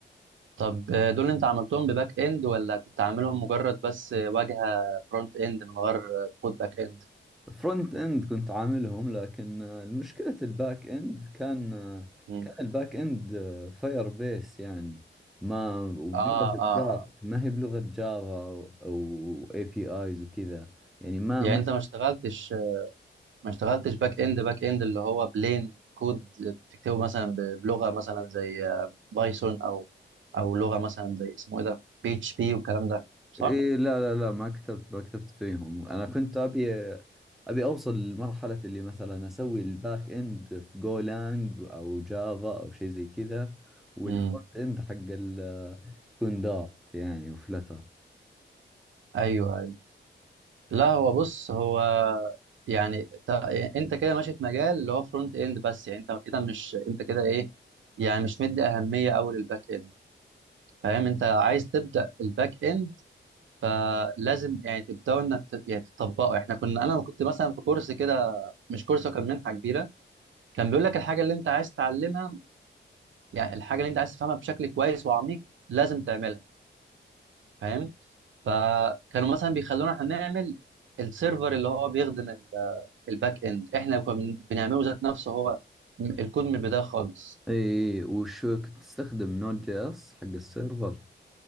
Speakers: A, on the right (about 85°); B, in the centre.
A: طب آه، دول انت عملتهم بباك اند ولا كنت عاملهم مجرد بس واجهه فرونت اند من غير كود باك اند
B: فرونت اند كنت عاملهم لكن آه، المشكلة الباك اند كان آه،
A: امم
B: كان الباك اند فاير بيس يعني ما وبلغة
A: اه اه
B: دارت
A: اه
B: ما هي بلغة جافا او اي بي ايز وكذا يعني ما
A: يعني
B: ما
A: انت ما اشتغلتش ما اشتغلتش باك اند باك اند اللي هو بلين كود بتكتبه مثلا ب- بلغه مثلا زي بايثون او او لغه مثلا زي اسمه ايه ده بي اتش بي والكلام ده صح؟
B: إيه لا لا لا ما كتبت ما كتبت فيهم انا كنت ابي ابي اوصل لمرحلة اللي مثلا اسوي الباك اند في جولانج او جافا او شيء زي كذا والفرونت
A: امم
B: اند حق ال يكون دارت يعني وفلتر
A: ايوه ايوه لا هو بص هو يعني ت- انت كده ماشي في مجال اللي هو فرونت اند بس يعني انت كده مش انت كده ايه يعني مش مدي اهميه قوي للباك اند فاهم انت عايز تبدا الباك اند فلازم يعني تبداوا انك ت- يعني تطبقه احنا كنا انا كنت مثلا في كورس كده مش كورس هو كان منحه كبيره كان بيقول لك الحاجه اللي انت عايز تتعلمها يعني الحاجه اللي انت عايز تفهمها بشكل كويس وعميق لازم تعملها فاهم فكانوا مثلا بيخلونا احنا نعمل السيرفر اللي هو بيخدم ال- الباك اند احنا كنا بن- بنعمله ذات نفسه هو م- الكود من البدايه خالص
B: اي وش كنت تستخدم نود جي اس حق السيرفر